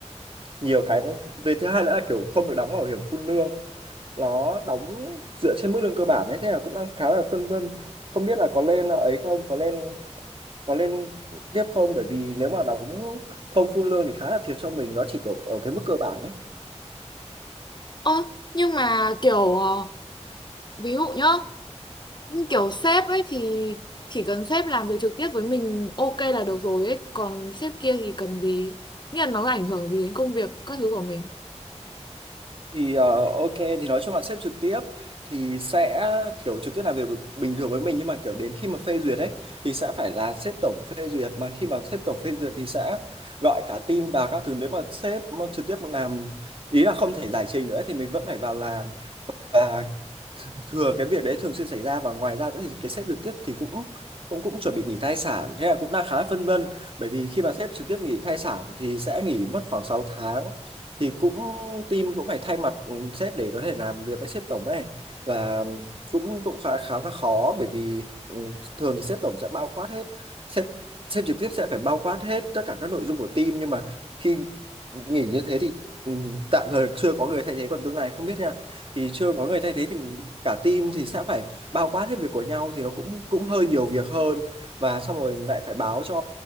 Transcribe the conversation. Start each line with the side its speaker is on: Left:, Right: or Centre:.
Right: nhiều cái về thứ hai nữa là kiểu không được đóng bảo hiểm phun lương nó đóng dựa trên mức lương cơ bản ấy thế là cũng đang khá là phân vân không biết là có lên ấy không có lên có lên tiếp không bởi vì nếu mà đóng không phun lương thì khá là thiệt cho mình nó chỉ kiểu ở cái mức cơ bản ấy.
Left: Ơ nhưng mà kiểu ờ, ví dụ nhá, kiểu sếp ấy thì chỉ cần sếp làm việc trực tiếp với mình ok là được rồi ấy, còn sếp kia thì cần gì? Nghĩa là nó ảnh hưởng gì đến công việc các thứ của mình.
Right: thì ờ, ok thì nói chung là sếp trực tiếp thì sẽ kiểu trực tiếp làm việc bình thường với mình nhưng mà kiểu đến khi mà phê duyệt ấy thì sẽ phải là sếp tổng phê duyệt mà khi mà sếp tổng phê duyệt thì sẽ gọi cả team vào các thứ nếu mà sếp mà trực tiếp làm ý là không thể giải trình nữa thì mình vẫn phải vào làm và thường cái việc đấy thường xuyên xảy ra và ngoài ra nữa thì cái sếp trực tiếp thì cũng cũng cũng chuẩn bị nghỉ thai sản thế là cũng đang khá là phân vân bởi vì khi mà sếp trực tiếp nghỉ thai sản thì sẽ nghỉ mất khoảng sáu tháng thì cũng team cũng phải thay mặt ừ, sếp để có thể làm việc với sếp tổng ấy và cũng cũng khá khá là khó bởi vì ừ, thường thì sếp tổng sẽ bao quát hết sếp sếp trực tiếp sẽ phải bao quát hết tất cả các nội dung của team nhưng mà khi nghỉ như thế thì ừ, tạm thời chưa có người thay thế còn tương lai không biết nha thì chưa có người thay thế thì cả team thì sẽ phải bao quát hết việc của nhau thì nó cũng cũng hơi nhiều việc hơn và xong rồi lại phải báo cho